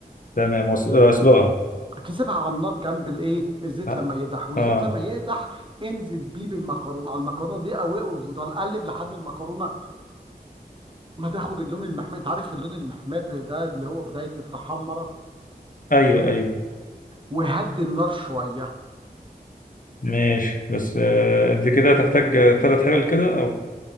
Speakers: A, on the left (about 55°); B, on the right (about 30°).
A: تمام وأس- آه، أسلقها
B: تسيبها على النار جنب الايه الزيت
A: أه
B: لما يقدح والزيت
A: آه.
B: لما يقدح انزل بيه بالمكرونة على المكرونة دي قوي وفضل قلب لحد المكرونة ما تاخد اللون المحمر انت عارف اللون المحمر ده اللي هو بداية التحمرة
A: أيوه أيوه
B: وهدي النار شوية
A: ماشي بس آه. أنت كده هتحتاج ثلاث حلل كده أو